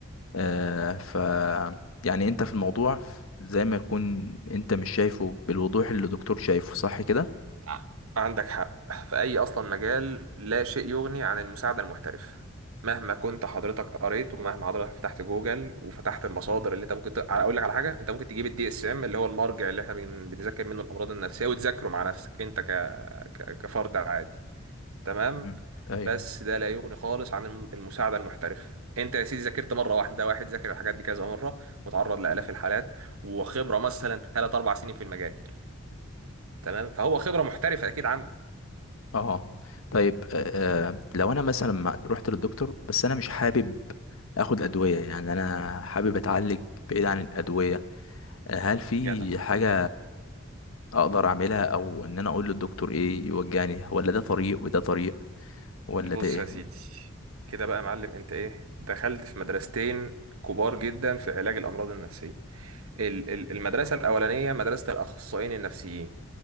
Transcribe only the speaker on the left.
آه ف يعني انت في الموضوع زي ما يكون انت مش شايفه بالوضوح اللي الدكتور شايفه صح كده
مم. ايوه
اه طيب آه آه، لو انا مثلا ما رحت للدكتور بس انا مش حابب اخد ادويه يعني انا حابب اتعالج بعيد عن الادويه آه، هل في
حاجه اقدر اعملها او ان انا اقول للدكتور ايه يوجهني ولا ده طريق وده طريق ولا
ده ايه